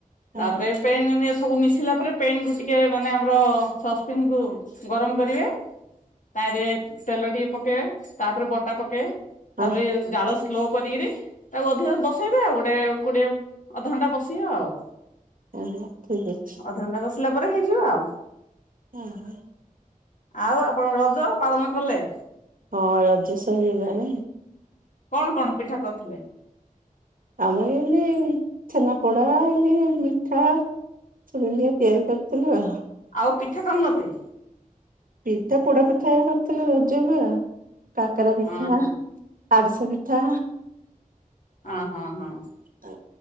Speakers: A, on the right; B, on the left.
A: ହଁ
B: ତାପରେ ପେନ୍ ସବୁ ମିଶିଲା ପରେ ପେନ୍ କୁ ଟିକେ ମାନେ ଆମର ସସ୍ପେନ୍ କୁ ଗରମ କରିବେ ତାଇଁରେ ତେଲ ଟିକେ ପକେଏ ତାପରେ ବଟା ପକେଏ
A: ହଁ
B: ତାପରେ ଜାଳ ସ୍ଲୋ କରିକିରି ତାକୁ ଅଧିକ ବସେଇବେ ଆଉ ଗୋଟେ କୋଡିଏ ଅଧ ଘଣ୍ଟା ବସିଅ ଆଉ।
A: ଓହୋ ଠିକ ଅଛି।
B: ଅଧଘଣ୍ଟା ବସିଲା ପରେ ହେଇଯିବ ଆଉ।
A: ଓ ହୋ।
B: ଆଉ ଆପଣ ରଜ ପାଳନ କଲେ?
A: ହଁ ରଜ ସଇ ଗଲାଣି।
B: କଣ କଣ ପିଠା କରଥିଲେ?
A: ଆମ ଏଇନି ଛେନାପୋଡ଼ା ଏନି ମିଠା। ଇନ୍ତିଆ ତିଆରି କରିଥିଲୁ ଆଉ।
B: ଆଉ ପିଠା କନତି?
A: ଏତ ପପୋଡା ପିଠା କରିଥିଲି ରଜକୁ ଆଉ କାକରା ପିଠା।
B: ହଁ ହଁ
A: ଆଡିସା ପିଠା।
B: ଅ ହଁ ହଁ।
A: ଆ